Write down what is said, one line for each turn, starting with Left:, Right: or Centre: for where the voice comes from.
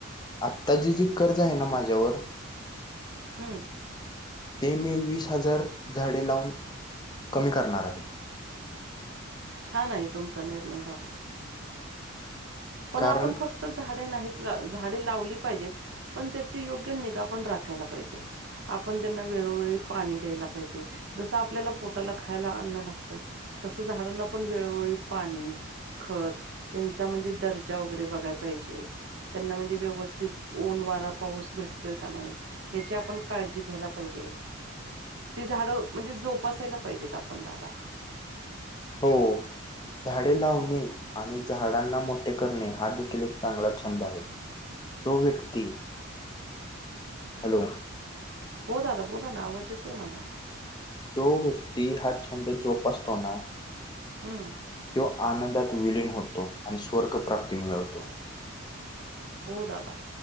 Left: आत्ताची जी कर्ज आहे ना माझ्यावर
Right: हम्म.
Left: ते मी वीस हजार झाडे लावून कमी करणार आहे.
Right: छान आहे तुमचा निर्णय दादा. पण
Left: कारण
Right: आपण फक त झाडे नाहीच झाडे लावली पाहिजेत पण त्याची योग्य निगा पण राखायला पाहिजे. आपण त्यांना वेळोवेळी पाणी द्यायला पाहिजे जसं आपल्याला पोटाला खायला अन्न लागतं. तसं झाडांना पण वेळोवेळी पाणी, खत त म्हणजे दर्जा वगैरे बघाय पाहिजे. त्यांना म्हणजे व्यवस्थित ऊन, वारा, पाऊस भेटतोय का नाही. हेची आपण काळजी घ्यायला पाहिजे ती झाडं म्हणजे जोपसायला पाहिजेत आपण दादा.
Left: हो. झाडे लावणे आणि झाडांना मोठे करणे हा देखील एक चांगला छंद आहे. जो व्यक्ती हॅलो.
Right: हो दादा बोला नावज येतोय मला.
Left: जो व्यक्ती हा छंद जोपासतोना
Right: हम्म.
Left: तो आनंदात विलन होतो आणि स्वर्ग प्राप्ती मिळवतो.
Right: हो दादा